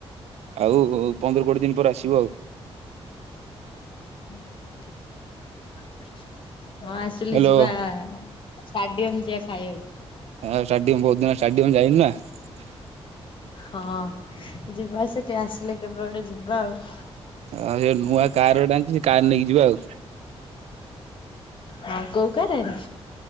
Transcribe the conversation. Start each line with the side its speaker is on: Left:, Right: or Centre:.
Right: ଆଉ ପନ୍ଦର କୋଡିଏ ଦିନ ପରେ, ଆସିବ ଆଉ
Left: <unintelligible> ହଁ ଆସିଲି
Right: ହ୍ୟାଲୋ
Left: ଯିବା, ଷ୍ଟାଡିୟମ ଯିବା ଖାଇବାକୁ ।
Right: ହଁ ଷ୍ଟାଡିଅମ୍, ବହୁତ ଦିନ ଷ୍ଟାଡିମ ଯାଇନି ନା ।
Left: ହଁ ଯିବା ସେଠ ଆସିଲେ, କେବେ ଗଡେ ଯିବା ଆଉ
Right: ଆଉ ସେ ନୂଆ କାର ଗୋଟେ ଆଣିଛି ସେ କାର ନେଇକି ଯିବା ଆଉ।
Left: ହଁ କଉ କାରରେ?